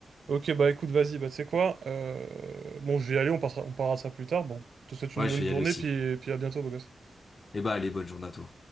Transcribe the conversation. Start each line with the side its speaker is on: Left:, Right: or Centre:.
Right: Ok, bah écoute, vas-y, bah tu sais quoi, euh, bon, je vais y aller, on passera, on parlera de ça plus tard. Bon, je te souhaite une
Left: Ouais,
Right: bonne
Left: je vais
Right: journée,
Left: y aller aussi.
Right: puis, puis à bientôt, beau gosse.
Left: Et bah, allez, bonne journée à toi.